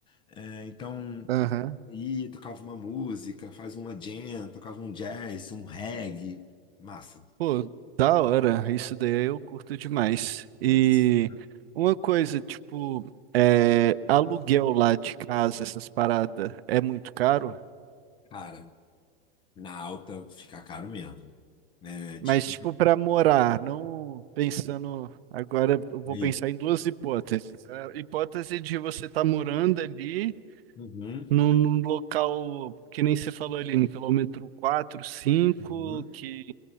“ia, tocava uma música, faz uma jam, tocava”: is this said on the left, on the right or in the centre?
Left